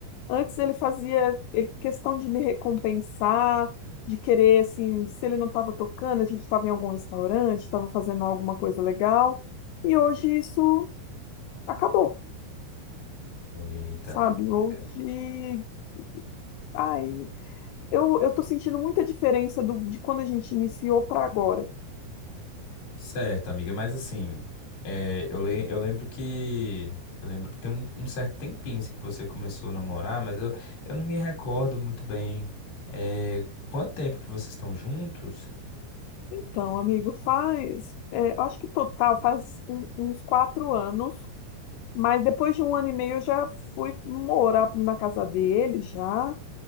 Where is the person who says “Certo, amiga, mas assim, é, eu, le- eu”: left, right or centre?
Left